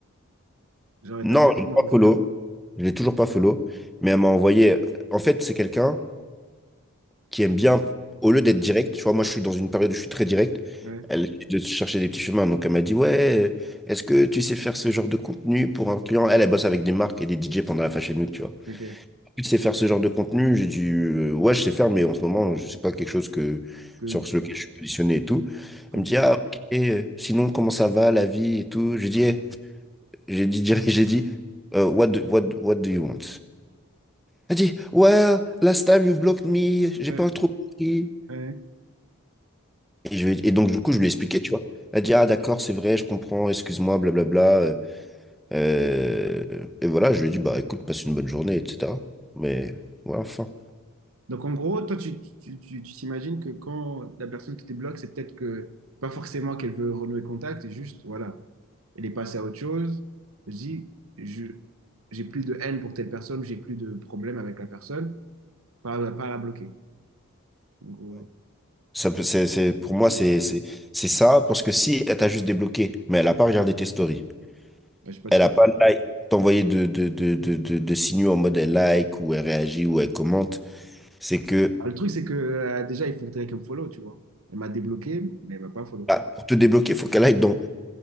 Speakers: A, on the right; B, in the centre.
A: genre
B: Non,
A: t'as directement
B: je l'ai pas
A: refollow?
B: follow, je l'ai toujours pas follow, mais elle m'a envoyé. euh, En fait, c'est quelqu'un qui aime bien, au lieu d'être direct, tu vois, moi je suis dans une période où je suis très direct,
A: Ouais,
B: elle essaie de chercher des petits chemins, donc elle m'a dit, ouais, euh, est-ce que tu sais faire ce genre de contenu pour un client? Elle, elle bosse avec des marques et des DJ pendant la Fashion Week, tu vois.
A: ok. Parce
B: tu sais faire ce genre de contenu? J'ai dit, euh, ouais, je sais faire, mais en ce moment, je sais pas quelque chose que,
A: Que,
B: sur lequel
A: quoi,
B: je suis positionné et tout.
A: je comprends.
B: Elle me dit, ah, ok, euh, sinon, comment ça va, la vie et tout? J'ai dit, eh, j'ai dit, <laughs> direct, j'ai dit, euh, what do, what, what do you want? Elle dit, well, last time you blocked me, j'ai
A: Euh,
B: pas trop compris.
A: ouais.
B: Et, je lui ai- et donc, du coup, je lui ai expliqué, tu vois. Elle dit, ah, d'accord, c'est vrai, je comprends, excuse-moi, blablabla. euh, euh, et voilà, je lui ai dit, bah, écoute, passe une bonne journée, etc. Mais voilà, enfin.
A: Donc en gros, toi tu tu- tu- tu t'imagines que quand la personne te débloque, c'est peut-être que pas forcément qu'elle veut renouer contact, c'est juste voilà, elle est passée à autre chose. Je dis, je j'ai plus de haine pour telle personne, j'ai plus de problème avec la personne, pas, pas à la bloquer. En gros,
B: Ça peut- c'est, c'est, pour moi, c'est, c'est, c'est ça, parce que si elle t'a juste débloqué, mais elle a pas regardé tes stories,
A: bah, j'ai pas de
B: elle
A: story.
B: a pas like, t'envoyé de, de, de, de, de, de signaux en mode elle like, ou elle réagit, ou elle commente, c'est que,
A: Ah, Le truc c'est que euh, déjà il faudrait qu'elle me follow, tu vois. Elle m'a débloqué, mais elle m'a pas follow.
B: ah, pour te débloquer, il faut qu'elle aille dans